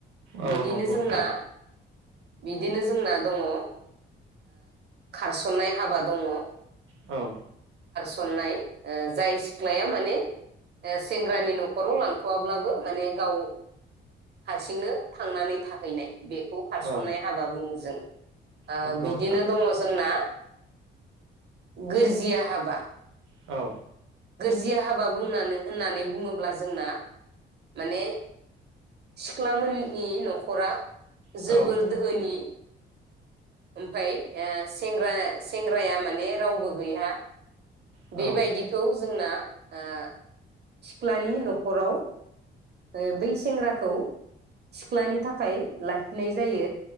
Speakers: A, on the right; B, on the right.
A: औ
B: बिदिनो
A: नंगौ
B: जोंना
A: नोंथां
B: बिदिनो जोंना दङ ओ खारसननाय हाबा दङ
A: औ
B: <unintelligible> <unintelligible> माने सेंग्रानि न'खराव लांथ'वाब्लाबो माने गाव हारसिंनो थांनानै थाहैनाय बेखौ खारसननाय
A: औ
B: हाबा बुङो जोङो ओ
A: नंगौ
B: बिदिनो
A: नोंथां
B: दङ जोंना गोरजिया हाबा
A: औ
B: गोरजिया हाबा बुंनानै होननानै बुङोब्ला जोंना माने सिख्ला मोननि न'खरा
A: औ
B: जोबोर धोहोनि ओमफाय ओ सेंग्रा सेंग्राया माने रावबो गैया
A: औ
B: बेबायदिखौ जोंना ओ सिख्लानि न'खराव ओ बै सेंग्राखौ सिख्लानि थाखाय लाखिनाय जायो